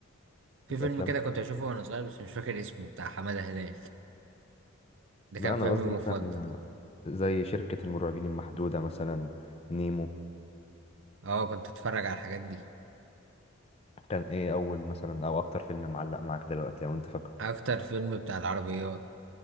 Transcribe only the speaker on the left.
افلام
كرتون
لا
انا
قصدي
مثلا آه، زي شركة المرعبين المحدودة مثلا نيمو
كان ايه اول مثلا او اكتر فيلم معلق معاك دلوقتي لو انت فاكره